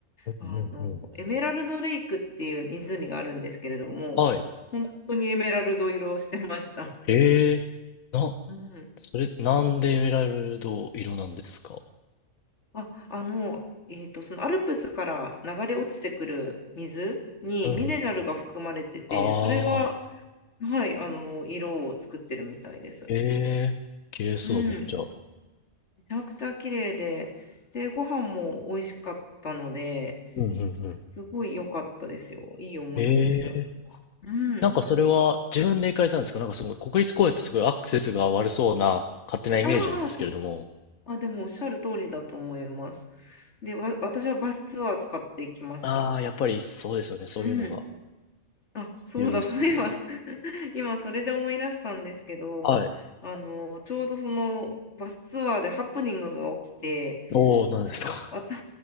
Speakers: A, on the left; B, on the left.
A: うんうんうん。
B: あの、エメラルドレイクっていう湖があるんですけれども、
A: はい。
B: 本当にエメラルド色をしてました。
A: ええな、
B: うん
A: それ、なんでエメラルド色なんですか
B: あ、あの、えっと、そのアルプスから流れ落ちてくる水にミネラルが含まれてて、
A: うんうん。ああ、
B: それが、はい、あの、色を作ってるみたいです。
A: ええ、綺麗そう、
B: うん、
A: めっちゃ。
B: めちゃくちゃ綺麗で、で、ご飯も美味しかったので、
A: うんうんうん。
B: すごい良かったですよ。いい思い出ですよ、
A: ええ、
B: そこは。うん。
A: なんかそれは自分で行かれたんですかなんかすごい、国立公園ってすごいアクセスが悪そうな勝手なイメージなんですけれども。
B: ああ、確か、あ、でもおっしゃる通りだと思います。で、わ、私はバスツアー使っていきました。
A: ああ、やっぱりそうですよね。そういうのが
B: うん。あ、
A: 必要ですよね。
B: そうだ、そういえば <laughs> 今それで思い出したんですけど、
A: はい。
B: あの、ちょうどそのバスツアーでハプニングが起きて、
A: おお、なんですか。
B: なんか、わた